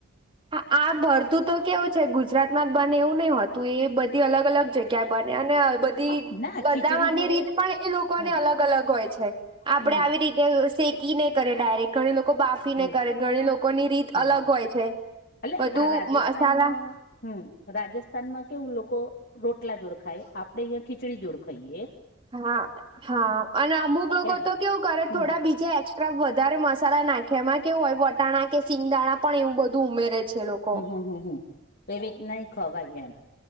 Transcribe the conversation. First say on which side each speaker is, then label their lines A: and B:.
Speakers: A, on the right; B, on the left.
A: આ. આ ભરતું તો કેવું છે ગુજરાત માં જ બને એવું નહિ હોતું એ બધી અલગ અલગ જગ્યાએ બને અને બ ધી
B: હા ના
A: બનાવાની
B: ખીચડી જોડે
A: રીત પણ, એ લોકોને
B: હમ
A: અલગ અલગ હોય છે. આપણે
B: હમ
A: આવી રીતે શેકી ને કરીએ. ડાયરેક્ટ ઘણી લોકો બાફી
B: હમ
A: ને કરે ઘણી લોકોની રીત
B: હા
A: અલગ હોય છે.
B: એટલે
A: બધું
B: આ રાજસ્થાનમાં
A: મસાલા
B: હમ. રાજસ્થાનમાં કેવું લોકો રોટલા જોડ ખાય આપડે અહિયા ખીચડી જોડ ખઈએ.
A: હા હા અને અમુક લોકો
B: એમ
A: તો કેવું કરે
B: હમ
A: થોડા બીજે એક્સ ટ્રા વધારે મસાલા નાખ્યા એમાં કેવું હોય વટાણા કે સિંગદાણા પણ એવું બધું ઉમેરે છે. એ લોકો
B: હ હ એવી રીતના ય ખવાય એમ